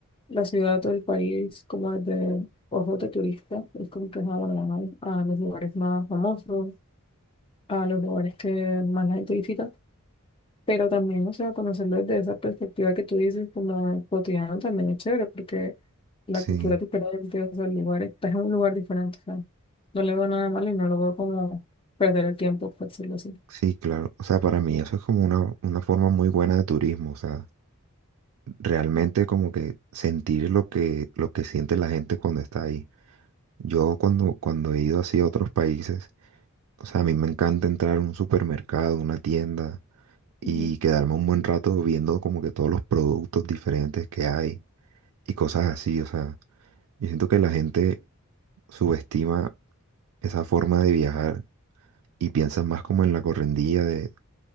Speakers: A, on the left (about 25°); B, on the right (about 75°).
A: la ciudad o el país como desde ojos de turista, es como que, ah, bueno, van a los lugares más famosos, a los lugares que más la gente visita, pero también, o sea, conocerlo desde esa perspectiva que tú dices como cotidiano también es chévere, porque la
B: Sí,
A: cultura es diferente, o sea, el lugar, estás en un lugar diferente, o sea, no le veo nada malo y no lo veo como perder el tiempo, por decirlo así.
B: sí, claro. O sea, para mí eso es como una, una forma muy buena de turismo. O sea, realmente como que sentir lo que, lo que siente la gente cuando está ahí. Yo cuando, cuando he ido así a otros países, o sea, a mí me encanta entrar a un supermercado, una tienda y
A: Ujú.
B: quedarme un buen rato viendo como que todos los productos diferentes que hay y cosas así. O sea, yo siento que la gente subestima esa forma de viajar y piensas más como en la correndilla de,